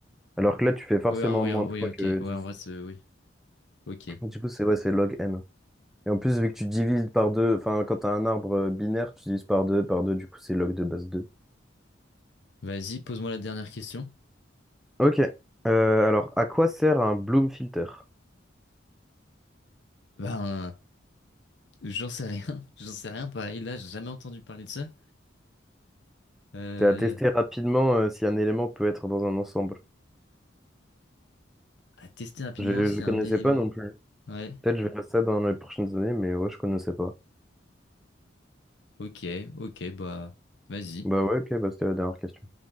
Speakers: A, in the centre; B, on the left.
A: Alors que là, tu fais forcément
B: Oui, ah oui,
A: moins
B: ah oui,
A: de fois
B: ok.
A: que dix
B: Ouais, en vrai, c'est... Oui, ok.
A: Du coup, c'est ouais, c'est log n. Et en plus, vu que tu divises par deux enfin, quand tu as un arbre euh, binaire, tu divises par deux par deux du coup, c'est log de base deux
B: Vas-y, pose-moi la dernière question.
A: Ok. Euh, alors, à quoi sert un Bloom filter?
B: Ben, j'en sais rien. <laughs> J'en sais rien, pareil, là, j'ai jamais entendu parler de ça. Euh,
A: C'est à tester rapidement euh, si un élément peut être dans un ensemble.
B: à tester rapidement,
A: Je ne
B: c'est
A: connaissais
B: un élément.
A: pas non plus.
B: Ouais.
A: Peut-être je verrai ça dans les prochaines années, mais ouais, je connaissais pas.
B: Ok, ok, bah vas-y.
A: Bah ouais, ok, bah c'était la dernière question.